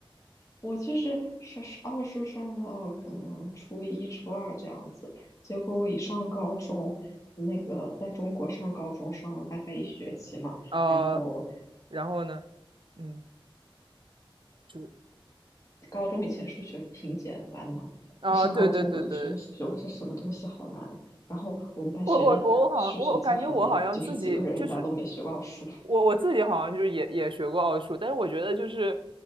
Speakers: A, on the left; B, on the right.
A: 我就是上奥数上到可能初一、初二这样子，结果我一上高中，那个在中国上高中上了大概一学期嘛。
B: 啊、
A: 然后
B: 然后呢？嗯，就
A: 高中以前数学挺简单的嘛，
B: 啊、
A: 一上高中我就学的数学，
B: 对对对对，
A: 我说这什么东西好难。然后我们班学的数学最好的就是几个人，
B: 我我我我好像我我感觉我好像自己就是
A: 人家都没学过数。<laughs>
B: 我我自己好像就是也也学过奥数，但是我觉得就是